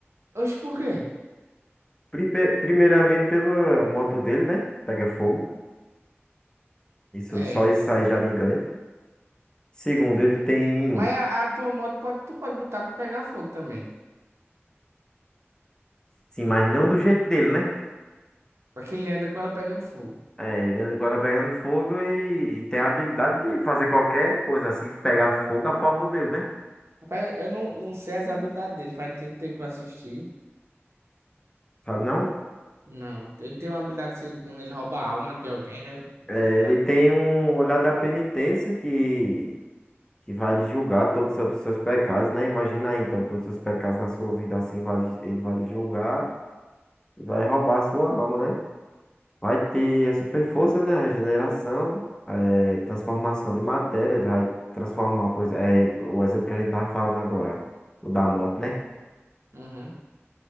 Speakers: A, on the right; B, on the left.
A: Oxe, por quê?
B: Pripe- Primeiramente pela moto dele, né? Pega fogo. Isso,
A: É.
B: só isso aí já me ganha. Segundo,
A: d-
B: ele tem...
A: Mas a, a tua moto pode, tu pode botar pra pegar fogo também.
B: Sim, mas não do jeito dele, né?
A: Pra que ele anda com ela pegando fogo.
B: É, ele anda com ela pegando fogo e, e tem a habilidade de fazer qualquer coisa assim, pegar fogo a favor dele, né?
A: Rapaz, eu não, não sei as habilidades dele, faz tanto tempo que eu assisti.
B: Sabe não?
A: Não, ele tem uma habilidade, se ele rouba a alma de alguém, né?
B: É,
A: Sei lá.
B: ele tem um olhar da penitência que que vai lhe julgar todos os seus seus pecados, né? Imagina aí, então, todos os seus pecados na sua vida assim, vai, lhe- ele vai lhe julgar e vai roubar a sua alma, né? Vai ter a super força, né? A regeneração, eh, transformação de matéria, ele vai transformar, por exemplo, o exemplo que a gente tava falando agora, o da moto, né?
A: Uhum.